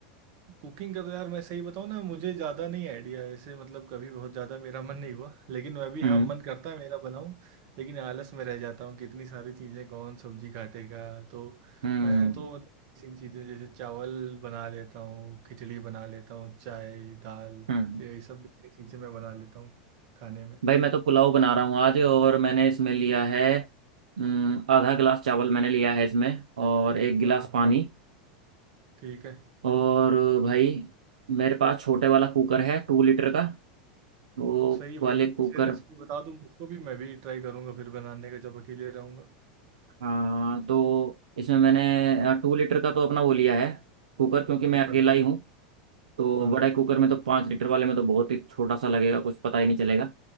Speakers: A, on the right (about 55°); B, on the right (about 75°).
A: कुकिंग का तो यार मैं सही बताऊँ ना मुझे ज़्यादा नहीं आइडिया है ऐसे मतलब कभी बहुत ज़्यादा मेरा मन नहीं हुआ लेकिन मैं भी
B: हम्म
A: हाँ मन करता है मेरा बनाऊँ लेकिन आलस में रह जाता हूँ कि इतनी सारी चीज़ें कौन सब्जी काटेगा तो
B: हम्म
A: मैं तो मतलब बेसिक चीज़ें जैसे चावल बना लेता हूँ खिचड़ी बना लेता हूँ चाय दाल
B: हम्म
A: यही सब बेसिक चीज़ें मैं बना लेता हूँ खाने में
B: भाई मैं तो पुलाव बना रहा हूँ आज और मैंने इसमें लिया है अम, आधा गिलास चावल मैंने लिया है इसमें और एक गिलास
A: अच्छा
B: पानी
A: ठीक है
B: और भाई मेरे पास छोटे वाला कुकर है टू लीटर का वो
A: सही है
B: वाले
A: भाई आपसे
B: कुकर
A: रेसिपी बता दूँ उसको भी मैं भी ट्राई करूंगा फिर बनाने का जब अकेले रहूंगा
B: हाँ तो इसमें मैंने टू लीटर का तो अपना वो लिया है कुकर क्योंकि मैं
A: कुकर
B: अकेला
A: हाँ
B: ही हूँ तो
A: हाँ
B: बड़े कुकर में तो पाँच लीटर वाले में तो बहुत ही छोटा सा लगेगा कुछ पता ही नहीं चलेगा